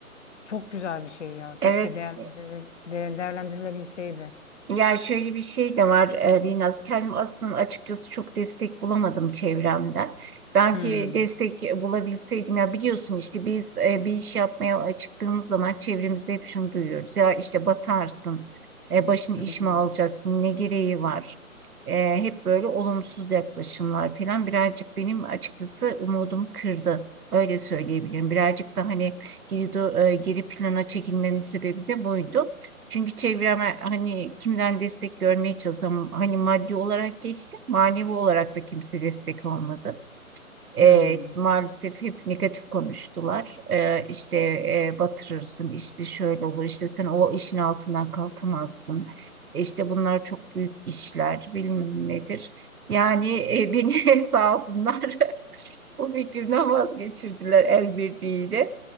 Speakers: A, on the left; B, on the right.
A: Çok güzel bir şey ya.
B: Evet.
A: Keşke değerlendir- de- değerlendirilebilseydi.
B: Yani şöyle bir şey de var e, Binnaz. Kendim aslında açıkçası çok destek bulamadım çevremden. Belki
A: Hmm,
B: destek bulabilseydim ya biliyorsun işte biz e, bir iş yapmaya çıktığımız zaman çevremizde hep şunu duyuyoruz. Ya işte batarsın, e, başını
A: hmm,
B: iş mi alacaksın, ne gereği var? E, hep böyle olumsuz yaklaşımlar falan birazcık benim açıkçası umudumu kırdı. Öyle söyleyebilirim. Birazcık da hani geri, do- e, geri plana çekilmemin sebebi de buydu. Çünkü çevreme hani kimden destek görmeye çalışsam hani maddi olarak geçtim manevi olarak da kimse destek olmadı. E,
A: hmm.
B: maalesef hep negatif konuştular. E, işte e, batırırsın, işte şöyle olur, işte sen o işin altından kalkamazsın. E, İşte bunlar çok büyük işler, bilmem nedir. Yani e, beni <laughs> sağ olsunlar <laughs> bu fikrimden vazgeçirdiler el birliğiyle.